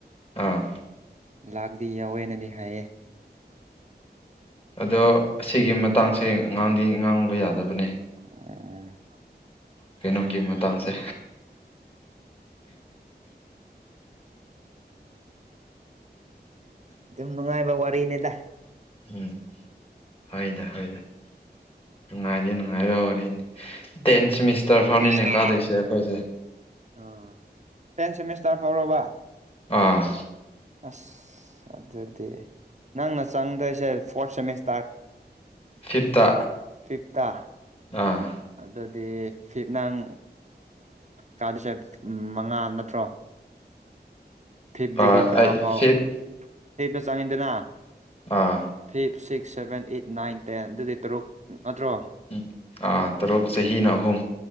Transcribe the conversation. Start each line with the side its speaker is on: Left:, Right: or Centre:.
Left: ꯑꯥ꯫
Right: ꯂꯥꯛꯇꯗꯤ ꯌꯥꯎꯋꯦꯅꯗꯤ ꯍꯥꯏꯌꯦ꯫
Left: ꯑꯗꯣ ꯑꯁꯤꯒꯤ ꯃꯇꯥꯡꯁꯦ ꯉꯥꯡꯗꯤ ꯉꯥꯡꯕ ꯌꯥꯗꯕꯅꯦ꯫
Right: ꯎꯝ꯫
Left: ꯀꯩꯅꯣꯒꯤ ꯃꯇꯥꯡꯁꯦ꯫
Right: ꯑꯗꯨꯝ ꯅꯨꯡꯉꯥꯏꯕ ꯋꯥꯔꯤꯅꯤꯗ꯫
Left: ꯎꯝ꯫ ꯍꯣꯏꯗ ꯍꯣꯏꯗ ꯅꯨꯡꯉꯥꯏꯗꯤ ꯅꯨꯡꯉꯥꯏꯕ ꯋꯥꯔꯤꯅꯤ꯫ ꯇꯦꯟ ꯁꯦꯃꯤꯁꯇꯔ ꯐꯥꯎꯅꯤꯅꯦ
Right: ꯃꯤꯁꯇꯔ
Left: ꯀꯥꯗꯣꯏꯁꯦ ꯑꯩꯈꯣꯏꯁꯦ꯫
Right: ꯎꯝ ꯇꯦꯟ ꯁꯦꯃꯤꯁꯇꯔ ꯐꯥꯎꯔꯕ꯫
Left: ꯑꯥ꯫
Right: ꯑꯁ ꯑꯗꯨꯗꯤ ꯅꯪꯅ ꯆꯪꯗꯣꯏꯁꯦ ꯐꯣꯔꯠ ꯁꯦꯃꯤꯁꯇꯥꯔ꯫
Left: ꯐꯤꯞꯇ
Right: ꯐꯤꯞꯇꯥ
Left: ꯑꯥ꯫
Right: ꯑꯗꯨꯗꯤ ꯐꯤꯠ ꯅꯪ ꯀꯥꯗꯣꯁꯦ ꯃꯉꯥ ꯅꯠꯇ꯭ꯔꯣ꯫ ꯐꯤꯐꯇꯗꯒꯤ
Left: ꯑꯥ
Right: ꯇꯔꯥ
Left: ꯑꯩ
Right: ꯐꯥꯎ
Left: ꯐꯤꯞ
Right: ꯐꯤꯞꯇ ꯆꯪꯉꯤꯗꯅ꯫
Left: ꯑꯥ
Right: five six seven eight nine ten ꯑꯗꯨꯗꯤ ꯇꯔꯨꯛ ꯅꯠꯇ꯭ꯔꯣ꯫
Left: ꯎꯨꯝ ꯑ ꯇꯔꯨꯛ ꯆꯍꯤꯅ ꯑꯍꯨꯝ